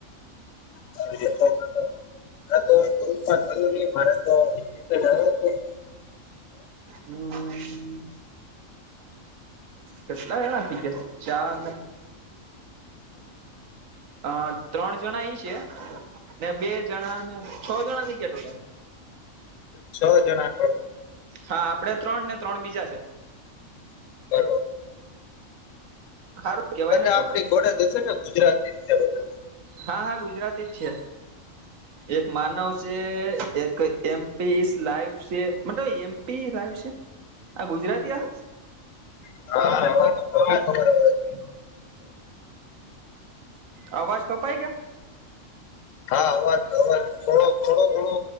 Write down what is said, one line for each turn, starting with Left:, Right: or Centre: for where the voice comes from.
Left: <unintelligible>
Right: હમ કેટલા એણા થઈ ગયા? ચાર ને? અ, ત્રણ જણા ઈ છે ને, બે જણા ને છ જણા થઈ ગયા, ટોટલ.
Left: છ જણા.
Right: હા આપડે ત્રણ ને ત્રણ બીજા છે.
Left: બરોબર
Right: સારું કેવાય
Left: બધા
Right: ને તો
Left: આપડી ઘોડે જશે ને ગુજરાતી જ છે બધા
Right: હા હા ગુજરાતી જ છે એક માનવ છે એક એમપીસ લાઈવ છે. મતલબ, એમપી લાઈવ છે આ ગુજરાતી, હ?
Left: હ, હ, ખબર.
Right: હમ. આવાજ કપાઈ કે?
Left: હા, અવાજ, અવાજ થોડો થોડો ઘણો